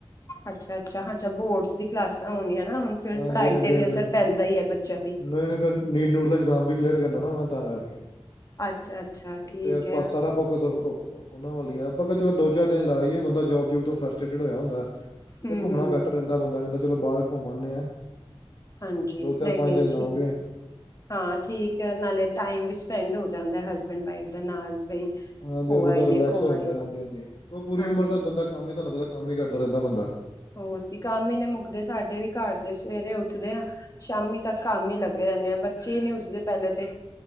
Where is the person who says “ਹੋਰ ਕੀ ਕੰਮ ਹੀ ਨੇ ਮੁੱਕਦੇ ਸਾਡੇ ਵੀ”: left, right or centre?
Left